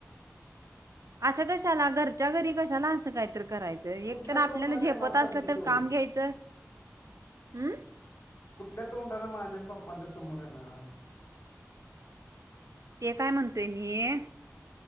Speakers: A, on the right; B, on the left.
A: असं कशाला, घरच्या घरी कशाला असं कायतर करायचं. एक
B: कुठल्या
A: तर आपल्याला
B: तोंडाने
A: झेपत
B: येणार
A: असलं
B: सांग की
A: तर
B: त्यो.
A: काम घ्यायचं. हम्म.
B: कुठल्या तोंडानं माझ्या आणि पप्पांच्या समोर येणार.
A: ते काय म्हणतोय मी